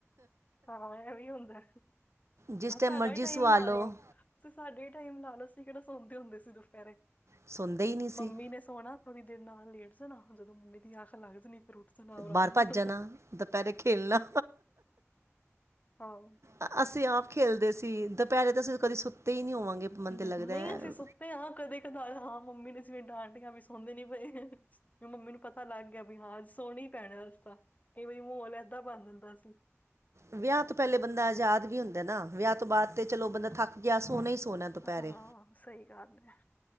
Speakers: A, on the left; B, on the right.
A: ਹਾ ਐ ਵੀਂ ਹੁੰਦਾ।
B: ਜਿਸ
A: ਅ ਸਾਡਾ
B: ਮਰਜ਼ੀ
A: ਹੀ ਟਾਈਮ
B: ਸੁਆ
A: ਲਾ
B: ਲਓ
A: ਲੋ। ਸਾਡੇ ਟਾਈਮ ਲਾ ਲੋ ਅਸੀ ਕਿਹੜਾ ਸੌਦੇ ਹੁੰਦੇ ਸੀ ਦੁਪਹਿਰੇ,
B: ਸੌਂਦੇ ਹੀ ਨਹੀਂ ਸੀ
A: ਮੰਮੀ ਨੇ ਸੋਣਾ ਥੋੜੀ ਦੇਰ ਨਾਲ ਲੇਟ ਜਾਣਾ, ਜਦੋਂ ਮੰਮੀ ਦੀ ਅੱਖ ਲੱਗ ਜਾਣੀ ਫਿਰ ਉੱਠ ਜਾਣਾ ਆਰਾਮ
B: ਬਾਹਰ ਭੱਜ
A: ਨਾਲ।
B: ਜਾਣਾ ਦੁਪਹਿਰੇ ਖੇਲਣਾ
A: ਆਹੋ।
B: ਅ-ਅਸੀਂ ਆਪ ਖੇਲਦੇ ਸੀ ਦੁਪਹਿਰੇ ਤੇ ਅਸੀਂ ਕਦੇ ਸੁੱਤੇ ਹੀ ਨਹੀਂ ਹੋਵਾਂਗੇ। ਮਨ
A: ਨਹੀਂ
B: ਤਾਂ ਲੱਗਦਾ ਹੈ
A: ਅਸੀਂ ਸੁੱਤੇ ਤੇ ਹਾਂ ਕਦੇ ਕਦਾਰ ਹਾਂ ਮੰਮੀ ਨੇ ਸੀਵੇ ਡਾਂਟਦੇ ਵੀ ਸੌਦੇ ਨੀ ਪਏ, ਮੰਮੀ ਨੂੰ ਪਤਾ ਲੱਗ ਗਿਆ। ਹਾਂ, ਸੋਨਾ ਹੀ ਪੈਣ ਅੱਜ ਤਾਂ, ਕਈ ਵਾਰ ਮਾਹੌਲ ਏਦਾਂ ਬਣ ਜਾਂਦਾ ਸੀ।
B: ਵਿਆਹ ਤੋਂ ਪਹਿਲੇ ਬੰਦਾ ਆਜ਼ਾਦ ਵੀ ਹੁੰਦਾ ਨਾ, ਵਿਆਹ ਤੋਂ ਬਾਅਦ ਤੇ ਚਲੋ ਬੰਦਾ ਥੱਕ ਗਿਆ ਸੋਣਾ ਹੀ ਸੋਣਾ। ਦੁਪਹਿਰੇ
A: ਹਾਂ, ਸਹੀ ਗੱਲ ਐ।